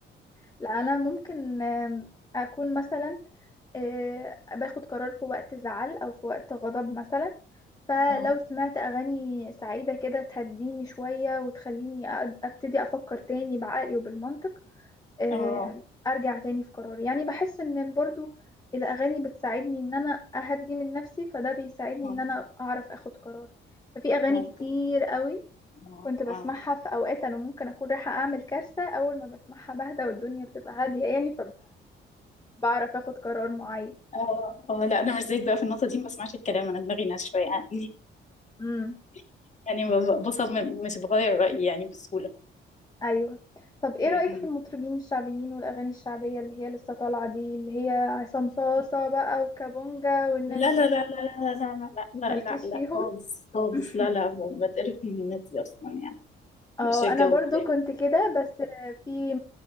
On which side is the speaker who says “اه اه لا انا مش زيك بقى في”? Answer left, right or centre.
Left